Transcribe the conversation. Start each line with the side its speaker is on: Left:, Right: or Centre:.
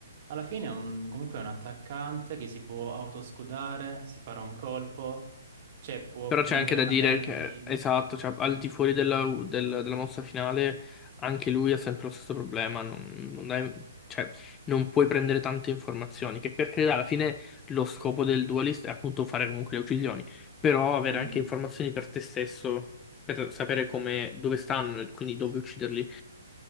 Right: Alla fine è un- comunque è un attaccante che si può autoscudare, si para un colpo, cioè può
Left: Però
Right: prendere
Left: c'è anche da
Right: magari...
Left: dire che, esatto, cioè, al di fuori della, del- della mossa finale, anche lui ha sempre lo stesso problema. Non, non è- cioè, non puoi prendere tante informazioni. Che per carità, alla fine lo scopo del dualist è appunto fare comunque le uccisioni. Però avere
Right: Mhm,
Left: anche informazioni per te stesso, per sapere come, dove stanno, e quindi dove ucciderli.